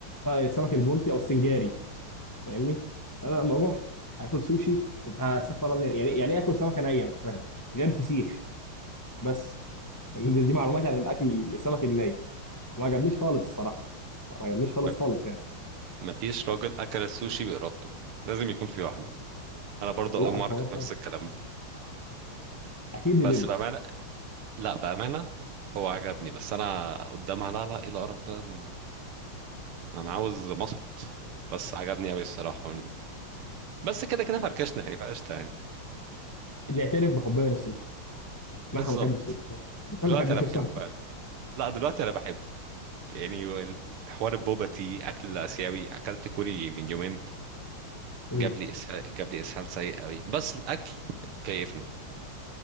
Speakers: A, on the left; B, on the right.
A: آه، السمك البلطي او السنجاري فاهمني انا لما اروح اكل سوشي كنت هستغفر الله يعني يعني يعني ايه اكل سمكه نيه مش فاهم غير الفسيخ بس يعني دي دي معلوماتي عن الاكل السمك الني ما عجبنيش خالص الصراحه ما عجبنيش خالص
B: م-
A: خالص يعني
B: مفيش راجل اكل السوشي بارادته لازم يكون في واحده انا برضه
A: لا
B: اول مره
A: الحوار
B: كنت
A: صعب
B: نفس الكلام
A: اكيد
B: بس
A: ندمت
B: بامانه لا بامانه هو عجبني بس انا قدامها لا لا ايه القرف ده م- انا عاوز مصمت بس عجبني قوي الصراحه بس كده كده فركشنا يعني فقشطه يعني
A: نعترف بحبنا للسوشي
B: بالظبط
A: نحن بنحب السوشي بس انا
B: دلوقتي
A: ما بحبوش
B: انا بحبه
A: الصراحه
B: فعلا لا دلوقتي انا بحبه يعني وال- حوار البوبا تي اكل اسيوي اكلت كوري من يومين
A: مم.
B: جاب لي اسهال جاب لي اسهال سيء قوي بس الاكل كيفني